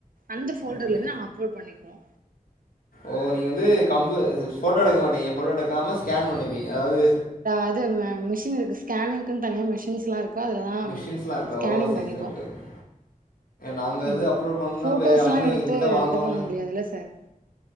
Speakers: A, on the right (about 80°); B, on the left (about 85°).
A: அந்த ஃபோல்டர்லருந்து
B: ஓகே
A: நாங்க அப்லோட் பண்ணிக்குவோ
B: ஓ நீங்க வந்து கம்பு போட்டோ எடுக்க மாட்டீங்க போட்டோ எடுக்காம ஸ்கேன் பண்ணிப்பீங்க அதாவது
A: அது மிஷின் இருக்கு ஸ்கேனிங்கு தனியா மிஷின்ஸ்ல்லா இருக் கு அதுலதா
B: மிஷின்ஸ்லாம் இருக்கா
A: ஸ்கேனிங்
B: ஓ சரி
A: பண்ணிப்போ
B: சரி ஓகே ஓகே நாங்கள்
A: ம்
B: இது அப்லோட் பண்ணோம்னா
A: போட்டோஸ்ல்லா
B: இப்போ அங்கே
A: எடுத்து
B: எங்கள்கிட்ட வாங்குவாங்க
A: இது பண்ண முடியாதுல்ல சார்